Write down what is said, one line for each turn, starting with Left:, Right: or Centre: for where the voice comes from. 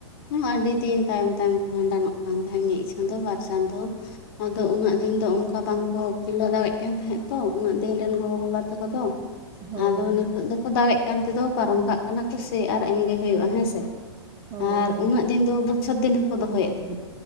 Left: ᱟᱹᱰᱤ ᱫᱤᱱ ᱛᱟᱭᱚᱢ ᱛᱟᱭᱚᱢ ᱠᱚ ᱵᱷᱟᱸᱰᱟᱱᱚᱜ ᱠᱟᱱ ᱛᱟᱦᱮᱸ ᱢᱤᱫ ᱪᱟᱸᱫᱚ ᱵᱟᱨ ᱪᱟᱸᱫᱚ ᱟᱫᱚ ᱩᱱᱟᱹᱜ ᱫᱤᱱ ᱫᱚ ᱚᱱᱠᱟ ᱵᱟᱝᱠᱚ ᱠᱩᱞᱟᱹᱣ ᱫᱟᱲᱮ ᱠᱟᱱ ᱛᱟᱦᱮᱸᱫ ᱛᱚ ᱩᱱᱟᱹᱜ ᱫᱤᱱ ᱨᱮᱱ ᱜᱚᱜᱚ ᱵᱟᱵᱟ ᱛᱟᱠᱚ ᱫᱚ
Right: ᱦᱳᱭ
Left: ᱟᱫᱚ
Right: ᱦᱳᱭ
Left: ᱱᱤᱛᱚᱜ ᱫᱚᱠᱚ ᱫᱟᱲᱮᱜ ᱠᱟᱱ ᱛᱮᱫᱚ ᱯᱟᱨᱚᱢ ᱠᱟᱜ ᱠᱟᱱᱟ ᱠᱚ ᱥᱮ ᱟᱨ ᱮᱢᱜᱮ ᱦᱩᱭᱩᱜᱼᱟ ᱦᱮᱸ ᱥᱮ
Right: ᱦᱳᱭ
Left: ᱟᱨ
Right: ᱦᱳᱭ
Left: ᱩᱱᱟᱹᱜ ᱫᱤᱱ ᱫᱚ ᱵᱚᱪᱷᱚᱨ ᱫᱤᱱ ᱦᱚᱠᱚ ᱫᱚᱦᱚᱭᱮᱫ ᱛᱟᱦᱮᱸᱫ